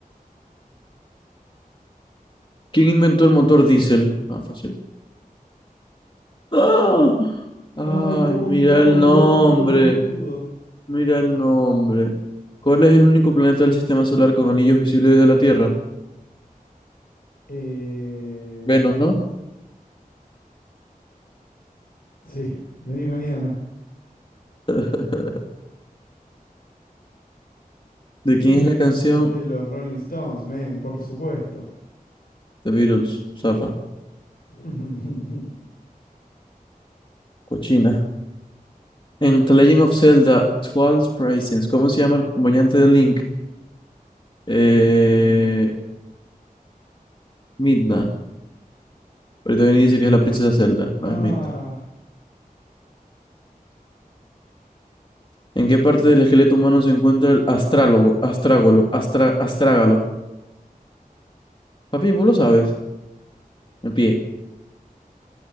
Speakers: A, on the left; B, on the left.
A: ¿Quién inventó el motor diésel? Ah, fácil. ¡Ah! Ay,
B: Ay, cómo
A: mira
B: entramos
A: el
B: los
A: nombre,
B: dos como unos boludos.
A: mira el nombre. ¿Cuál es el único planeta del sistema solar con anillos visibles desde la Tierra?
B: Eh,
A: Venus, ¿no?
B: sí, vení mañana.
A: <laughs>
B: ¿De
A: ¿De
B: quién
A: quién
B: es
A: es
B: la
A: la
B: canción?
A: canción
B: De los Rolling Stones, men, por supuesto.
A: The Beatles, Zapa,
B: <laughs>
A: cochina. En The Legend of Zelda, Twilight Princess, ¿cómo se llama el acompañante de Link? Eh,
B: Eh,
A: Midna. Ahorita viene y dice que es la princesa Zelda, no
B: ah,
A: es Midna. ¿En qué parte del esqueleto humano se encuentra el astrálogo, astrágolo, astra- astrágalo? Papi, vos lo sabes. En pie.